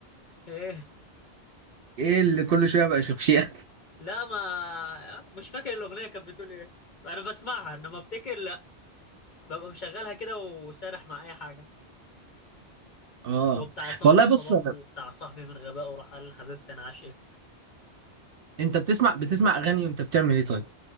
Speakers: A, on the left; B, on the right.
A: ايه
B: ايه اللي كل شوية بقى شخشيخ
A: لا ما مش فاكر الاغنيه كانت بتقول ايه انا بسمعها انما افتكر لا ببقى مشغلها كده وسارح مع اي حاجه
B: اه
A: وبتاع عصام
B: والله
A: صاصا
B: بص
A: برضه بتاع صاحبي من غبائه راح قال لحبيبتي انا عاشق
B: انت بتسمع بتسمع اغاني وانت بتعمل ايه طيب